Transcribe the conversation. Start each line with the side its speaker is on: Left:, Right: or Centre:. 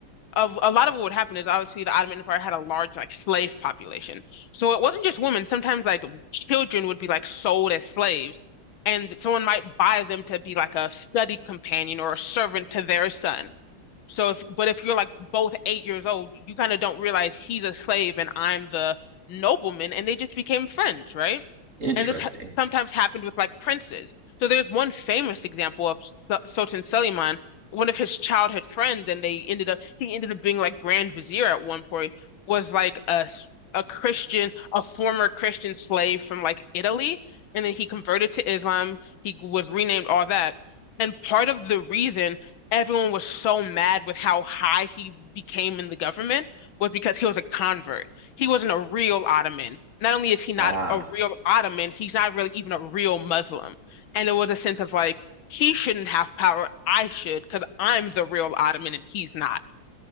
Left: of a lot of what would happen is obviously the Ottoman Empire had a large like slave population. So it wasn't just women. Sometimes like children would be like sold as slaves, and someone might buy them to be like a study companion or a servant to their son. So if but if you're like both eight years old, you kind of don't realize he's a slave and I'm the nobleman, and they just became friends, right?
Right: <laughs> Interesting.
Left: And this ha sometimes happened with like princes. So there's one famous example of S- Sultan Selimán, one of his childhood friends, and they ended up he ended up being like Grand Vizier at one point, was like a s- a Christian, a former Christian slave from like Italy, and then he converted to Islam. He was renamed all that, and part of the reason everyone was so mad with how high he became in the government was because he was a convert. He wasn't a real Ottoman not only is he not
Right: Ah,
Left: a real Ottoman, he's not really even a real Muslim. And there was a sense of like, he shouldn't have power. I should, because I'm the real Ottoman and he's not.